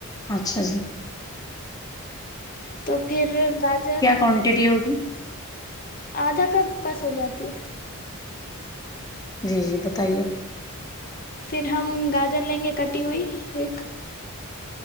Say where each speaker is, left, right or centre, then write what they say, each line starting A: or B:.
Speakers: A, on the left; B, on the left.
A: اچھا جی
B: تو پھر گاجر
A: کانٹیٹی ہوگی
B: آدھا کپ بس ہو جاتی ہے
A: جی جی بتائیے
B: پھر ہم گاجر لیں گے کٹی ہوئی ایک